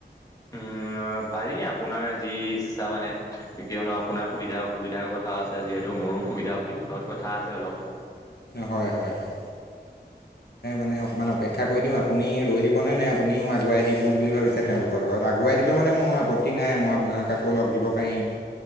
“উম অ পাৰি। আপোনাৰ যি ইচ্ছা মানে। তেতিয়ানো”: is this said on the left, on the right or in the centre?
Left